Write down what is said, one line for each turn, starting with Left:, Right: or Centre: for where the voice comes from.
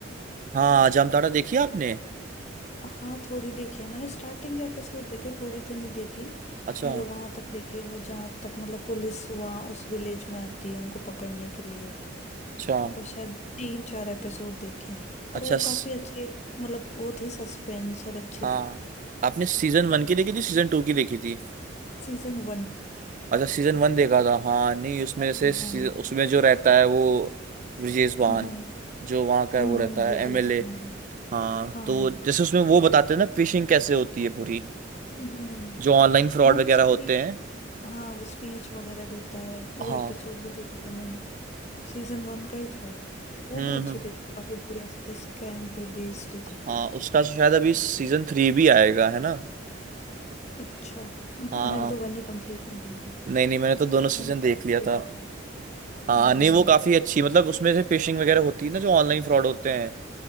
Right: हाँ जामताड़ा देखी आपने
Left: हाँ थोड़ी देखी है मैंने स्टार्टिंग एपिसोड देखे पूरी तो नहीं देखी
Right: अच्छा
Left: मतलब वहां तक देखी है, वो जहाँ तक मतलब पुलिस वहां उस विलेज में आती है उनको पकड़ने के लिए
Right: अच्छा
Left: बस शायद तीन चार एपिसोड देखे हैं पर
Right: अच्छा
Left: वो काफी
Right: स-
Left: अच्छे मतलब वो थी सस्पेंस और अच्छी
Right: हाँ
Left: थी
Right: आपने सीजन वन की देखी थी सीजन टू की देखी थी
Left: Season one
Right: अच्छा सीजन वन देखा था हाँ नहीं उसमें जैसे
Left: हम्म
Right: सी-
Left: हम्म
Right: उसमें जो रहता है वो ब्रिजेश बान
Left: हम्म हम्म
Right: जो वहाँ का वो रहता
Left: हम्म ब्रिजेश
Right: है एमएलए
Left: वन
Right: हाँ
Left: हाँ
Right: तो जैसे उसमें वो बताते हैं ना फिशिंग कैसे होती है पूरी
Left: हम्म हम्म
Right: जो ऑनलाइन फ्रॉड
Left: हाँ वो
Right: वगैरह
Left: स्पीच
Right: होते हैं
Left: हाँ वो स्पीच वगैरह देता है वो
Right: हाँ
Left: एपिसोड भी देखा था मैंने सीजन वन का ही था वो वो
Right: हम्म
Left: भी अच्छी
Right: हम्म
Left: थी काफी पूरा ऐसे स्कैम पे बेस्ड ही थी
Right: हाँ उसका शायद अभी सीजन थ्री भी आएगा है ना
Left: अच्छा <laughs>
Right: हाँ
Left: मैंने तो वन ही कंप्लीट नहीं किया अभी
Right: नहीं नहीं मैंने तो दोनों
Left: पता
Right: सीजन
Left: नहीं
Right: देख
Left: कब
Right: लिया
Left: देखी
Right: था
Left: थी
Right: हाँ
Left: हम्म
Right: नहीं वो काफी अच्छी मतलब उसमें से फिशिंग वगैरह होती है ना जो ऑनलाइन फ्रॉड होते हैं